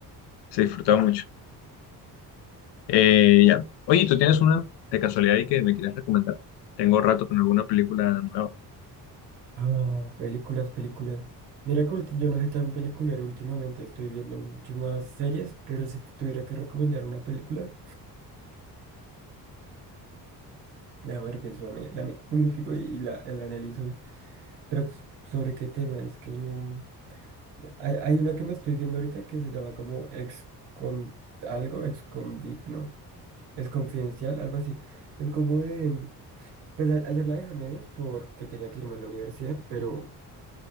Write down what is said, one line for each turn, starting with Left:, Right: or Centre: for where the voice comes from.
Left: Se disfrutó mucho. Eh, ya. Oye, ¿tú tienes una de casualidad y que me quieras recomendar? Tengo rato con alguna película nueva.
Right: Ah, películas, películas. Mira que ulti- yo no soy tan peliculero últimamente, estoy viendo mucho más series, pero si te tuviera que recomendar una película, a ver, pienso, dame, dame un minutico y, y la, la analizo. Pero pues, sobre qué tema, es que no... Hay, hay una que me estoy viendo ahorita que se llama como ex con algo, ex convict, ¿no? Es confidencial, algo así. Es como de... Pues a- ayer la dejé a medias porque tenía que irme a la universidad, pero...